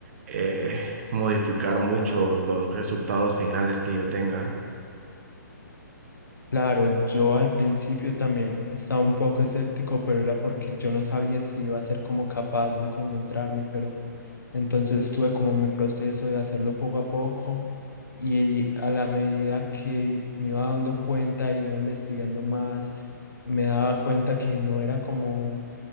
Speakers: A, on the right; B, on the left.
A: eh, modificar mucho los resultados finales que yo tenga.
B: Claro, yo al principio también estaba un poco escéptico, pero era porque yo no sabía si iba a ser como capaz de concentrarme, pero... Entonces tuve como mi proceso de hacerlo poco a poco y a la medida que me iba dando cuenta y iba investigando más, me daba cuenta que no era como